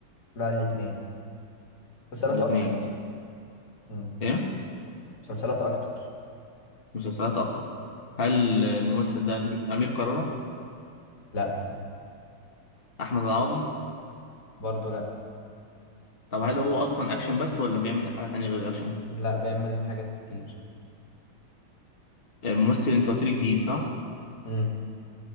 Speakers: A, on the left; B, on the left.
A: لا الاتنين مسلسلات
B: الاتنين
A: اكتر اصلا مم.
B: إيه
A: مسلسلات اكتر
B: مسلسلات أكتر هل الممثل ده أمير قرارة
A: لا
B: أحمد العوضي
A: برضو لا
B: طب هل هو أصلا أكشن بس ولا بيعمل حاجة تانية غير الأكشن
A: لا بيعمل حاجات كتير
B: ممثل انت قلت لي جديد صح؟
A: مم.